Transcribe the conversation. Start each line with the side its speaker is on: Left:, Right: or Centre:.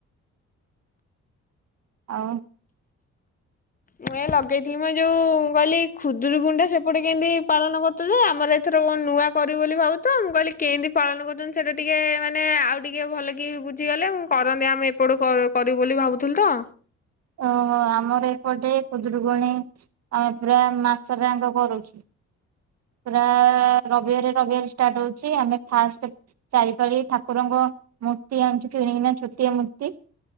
Right: ଆଉ
Left: ମୁଁ ଏ ଲଗେଇଥିଲି ମ ଏ ଯୋଉ କହିଲି ଖୁଦୁରୀକୁଣିଟା ସେପଟେ କେନ୍ତି ପାଳନ କରୁଥୁଲ ଆମର ଏଥର କଣ ନୂଆ କରିବୁ ବୋଲି ଭାବୁ ତ ମୁଁ କହିଲି କେନ୍ତି ପାଳନ କରୁଚନ୍ତି ସେଟା ଟିକେ ମାନେ ଆଉ ଟିକେ ଭଲ କି ବୁଝିଗଲେ ମୁଁ କରନ୍ତି ଆମେ ଏପଟୁ କ କରିବୁ ବୋଲି ଭାବୁଥିଲୁ ତ।
Right: ଓହୋ ଆମର ଏପଟେ ଖୁଦୁରୁକୁୁଣୀ ଆମେ ପୁରା ମାସଟା ଆଙ୍କ କରୁଚୁ। ପୁରା ରବିବାରଜ ରବିବାରଜ ଷ୍ଟାଟ୍ ହୋଉଚି। ଆମେ ଫାଷ୍ଟେ ଚାରିପାଳି ଠାକୁରଙ୍କ ମୂର୍ତ୍ତି ଆଣିଚୁ କିଣିକିନା ଛୋଟିଆ ମୂର୍ତ୍ତି